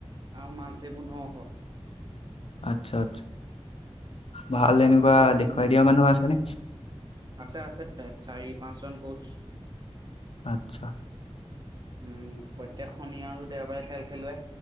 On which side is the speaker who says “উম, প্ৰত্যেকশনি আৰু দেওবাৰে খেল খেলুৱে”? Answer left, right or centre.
Right